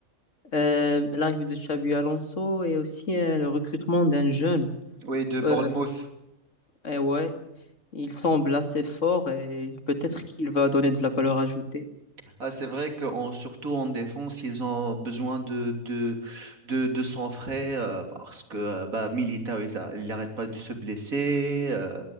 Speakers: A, on the left; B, on the right.
A: euh, l'arrivée de Xabi Alonso et aussi euh, le recrutement d'un jeune.
B: oui, de Bournemouth.
A: Euh, eh ouais, Il semble assez fort et peut-être qu'il va donner de la valeur ajoutée.
B: Ah, c'est vrai que en- surtout en défense, ils ont besoin de, de, de, de sang frais euh, parce que euh, bah, Militao, ils a- il n'arrête pas de se blesser. euh,